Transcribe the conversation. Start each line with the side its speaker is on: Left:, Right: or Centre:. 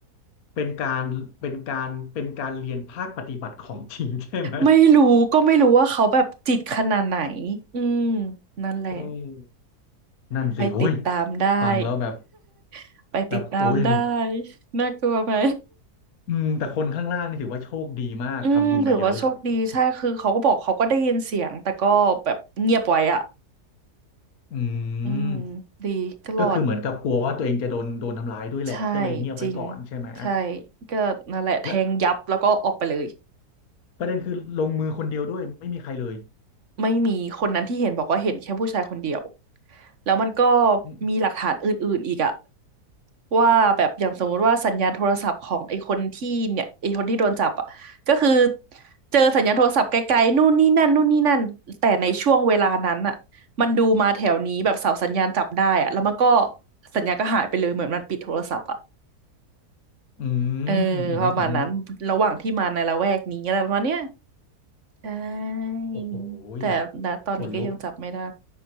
Left: เป็นการเป็นการเป็นการเรียนภาคปฏิบัติของจริงใช่ไหม
Right: ไม่รู้ก็ไม่รู้ว่าเขาแบบจิตขนาดไหนอืมนั่นแหละ
Left: <laughs> อืมนั่นสิโอ้ย
Right: ไปติดตามได้
Left: ฟังแล้วแบบ
Right: <laughs> ไปติดตามได้
Left: แบบโอ้ย
Right: น่ากลัวไหม
Left: อืมแต่คนข้างล่างนี่ถือว่าโชคดีมากทำบุญมาเยอะ
Right: อืมถือว่าโชคดีใช่คือเขาก็บอกเขาก็ได้ยินเสียงแต่ก็แบบเงียบไว้อะ
Left: อื
Right: อืม
Left: ม
Right: ดีก็รอด
Left: ก็คือเหมือนกับกลัวว่าตัวเองจะโดนโดนทำร้ายด้วยแหละก็เลยเงียบไว้ก่อนใช่ไหม
Right: ใช่จริงใช่ก็นั่นแหละแทงยับแล้วก็ออกไปเลย
Left: และ ประเด็นคือลงมือคนเดียวด้วยไม่มีใครเลย
Right: ไม่มีคนนั้นที่เห็นบอกว่าเห็นแค่ผู้ชายคนเดียวแล้วมันก็
Left: อืม
Right: มีหลักฐานอื่นๆอีกอะว่าแบบอย่างสมมุติว่าสัญญาณโทรศัพท์ของไอ้คนที่เนี่ยไอ้คนที่โดนจับอะก็คือเจอสัญญาณโทรศัพท์ไกลๆนู่นนี่นั่นนู่นนี่นั่นแต่ในช่วงเวลานั้นอะมันดูมาแถวนี้แบบเสาสัญญาณจับได้อะแล้วมันก็สัญญาณก็หายไปเลยเหมือนมันปิดโทรศัพท์อะ
Left: อื
Right: เออ
Left: มอืมอืม
Right: ประมาณนั้นระหว่างที่มาในละแวกนี้อะไรประมาณเนี้ยใช่
Left: โอ้โหย
Right: แต่ณตอนนี้ก็ยังจับไม่ได้
Left: ขนลุก